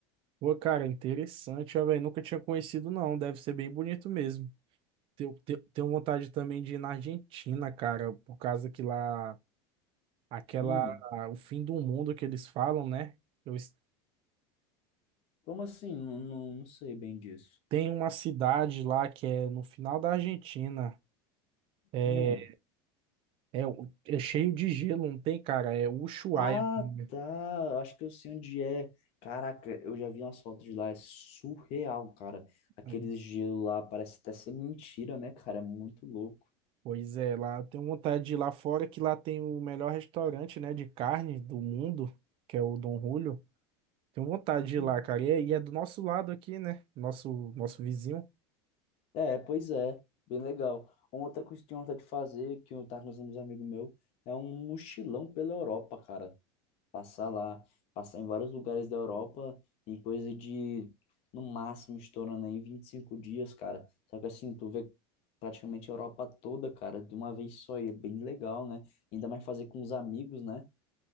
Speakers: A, on the right (about 40°); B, on the left (about 50°).
A: Pô, cara, interessante, ó, velho. Nunca tinha conhecido, não. Deve ser bem bonito mesmo. Tenho, tenho, tenho vontade também de ir na Argentina, cara, por causa que lá, aquela,
B: Hum,
A: o fim do mundo que eles falam, né? Eu, es-
B: como assim? Não, não, não sei bem disso.
A: tem uma cidade lá que é no final da Argentina. É,
B: Hum.
A: É, o- é cheio de gelo, não tem, cara? É Ushuaia.
B: Ah,
A: o nome.
B: tá. eu Acho que eu sei onde é. Caraca, eu já vi umas fotos de lá. É surreal, cara. Aquele
A: É.
B: gelo lá parece até ser mentira, né, cara? É muito louco.
A: Pois é, lá eu tenho vontade de ir lá fora, que lá tem o melhor restaurante, né, de carne do mundo, que é o Dom Julio. Tenho vontade de ir
B: Hum,
A: lá, cara. E é, e é do nosso lado aqui, né? Nosso, nosso vizinho.
B: É, pois é. Bem legal. Uma outra coisa que eu tenho vontade de fazer, que eu tava com os amigos meus, é um mochilão pela Europa, cara. Passar lá, passar em vários lugares da Europa em coisa de, no máximo, estourando aí 25 dias, cara. Só que assim, tu vê praticamente a Europa toda, cara, de uma vez só, e é bem legal, né? Ainda mais fazer com os amigos, né?